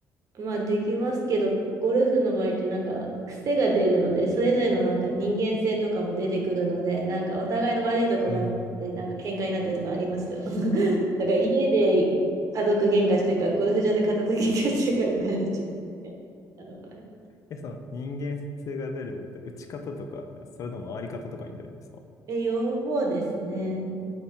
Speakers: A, on the right; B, on the left.
A: まあできますけど、ゴルフの場合ってなんか癖が出るので、それぞれのなんか人間性とかも出てくるので、なんかお互いの悪いとこが見えて、
B: へえ。
A: なんか喧嘩になったりとかありますよ。<laughs> なんか家で家族喧嘩してるか、ゴルフ場で家族喧嘩してるかぐらいの違いなのかね。
B: え、その人間性が出るのって打ち方とか、それとも回り方とかに出るんですか
A: え、両方ですね。